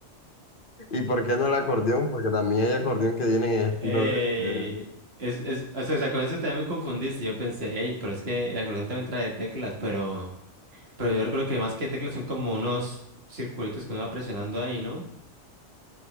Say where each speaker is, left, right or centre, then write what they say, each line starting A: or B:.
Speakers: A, on the left; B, on the right.
A: ¿Y por qué no el acordeón? Porque también hay acordeón que tienen en estilo
B: Eh,
A: de... de-
B: es, es, o sea, o sea, con eso también me confundiste. Yo pensé, hey, pero es que el acordeón también trae teclas, pero. Pero yo recuerdo que más que teclas son como unos circulitos que uno va presionando ahí, ¿no?